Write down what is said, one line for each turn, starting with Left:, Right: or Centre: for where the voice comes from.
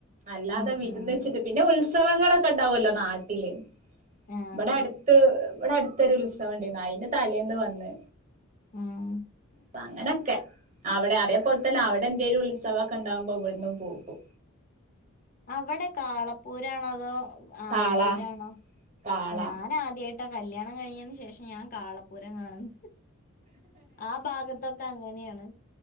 Right: അല്ലാതെ
Left: ഉം
Right: വിര്ന്ന്
Left: ഉം
Right: വെച്ചിട്ട് പിന്നെ ഉത്സവങ്ങളൊക്കെ ഉണ്ടാവല്ലോ നാട്ടില്.
Left: ആ
Right: ഇബടെ അട്ത്ത് ഇവടെ അടുത്തൊരു ഉത്സവം ഇണ്ടേന്നു. അയിന് തലേന്ന് വന്ന്.
Left: ആഹ്
Right: അപ്പ അങ്ങനെക്കെ. അവടെ അതേപോൽതന്നെ അവടെ എന്തേലും ഉത്സവൊക്കെ ഉണ്ടാവുമ്പോ ഇവട്ന്നും പോകും.
Left: അവടെ കാളപ്പൂരാണോ അതോ ആനപ്പൂരാണോ
Right: കാള കാള
Left: ഞാനാദ്യായി ട്ട കല്യാണം കഴിഞ്ഞേന് ശേഷം ഞാൻ കാളപ്പൂരം കാണുന്ന് ആ ഭാഗത്തൊക്കെ ത്തങ്ങന്യാണ്.